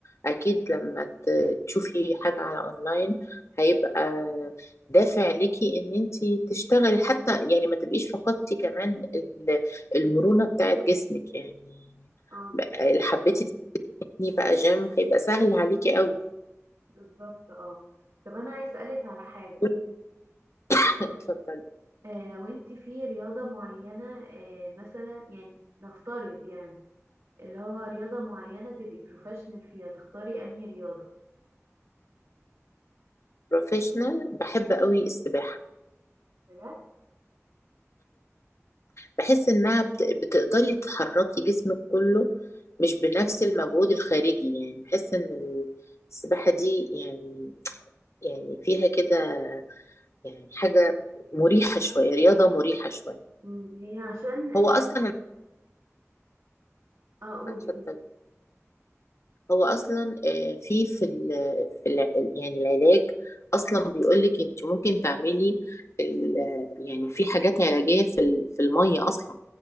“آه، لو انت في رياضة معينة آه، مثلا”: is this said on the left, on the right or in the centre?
Right